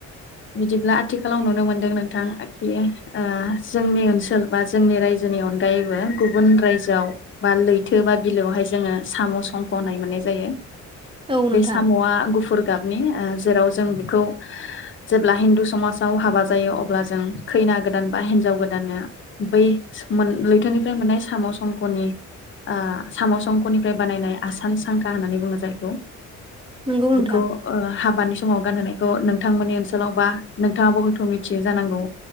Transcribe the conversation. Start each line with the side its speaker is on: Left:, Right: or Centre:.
Left: बिदिब्ला आथिखालाव नुनो मोनदों नोंथांखि ओ जोंनि ओनसोल बा जोंनि रायजोनि अनगायैबो गुबुन रायजोआव बा लैथो बा बिलोआवहाय जोङो साम' संख' मोननाय जायो।
Right: औ नोंथां
Left: बे साम'आ गुफुर गाब नि ओ जेराव जों बेखौ जेब्ला हिन्दु समाजाव हाबा जायो अब्ला जों खैना गोदान बा हिन्जाव गोदाननो बै लैथोनिफ्राय मोननाय साम'संख'नि ओ साम'संख'निफ्राय बानायनाय आसान सांखा होननानै बुङो जायखौ।
Right: नंगौ नोंथां
Left: बेखौ ओ हाबानि समाव गानहोनायखौ नोंथांमोननि ओनसोलाव बा नोंथाङाबो हयथ' मिथियो जानांगौ।